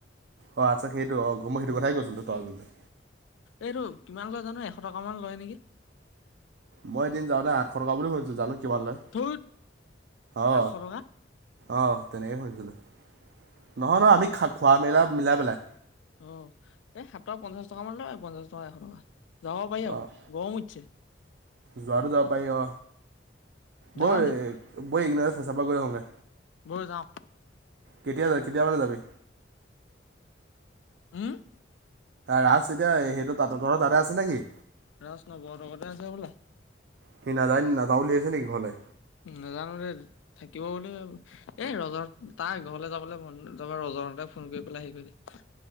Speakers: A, on the right; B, on the left.
A: অ' আচ্ছা সেইটো অ মই সেইটো
B: উম
A: কথাই কৈছিলো ত তই,
B: এইটো কিমান লয় জানো এশ টকামান লয় নেকি?
A: মই এদিন যাওঁতে আঠশ টকা বুলি লৈছো জানো কিব লৈ
B: ধুত
A: অ
B: আঠশ টকা
A: অ তেনেকেই শুধিছিলোঁ নহয় নহয় আমি খা খোৱা মেলা, মিলাই পেলাই।
B: অ', এই সাতশ টকা পঞ্চাশ টকা মান লয় পঞ্চাশ টকা এশ টকা যাব পাৰি আকৌ
A: অ',
B: গৰম উঠিছে
A: যাৱাটো যাব পাই অ
B: যাৱ
A: বৈ,
B: নি
A: ব ইগনাৰাৰেছেচাফা গৈ হওঁগে
B: বৈ যাওঁ
A: কেতিয়া যা কেতিয়াবাৰ যাবি?
B: উম।
A: ৰা এতিয়া সেইটো তাঁ ঘৰ দাদা আছে নেকি
B: ৰাজ নব হতঁৰ ঘৰতে আছে হ'বলা
A: সি না যায় ন ন তাহল আহিছে নেকি ঘৰলে
B: নাজানো দে থাকিব বুলি এই ৰজহত তাৰ ঘৰলৈ যাবলৈ মন য ৰজহঁতে ফোন কৰি পেলাই আহি দ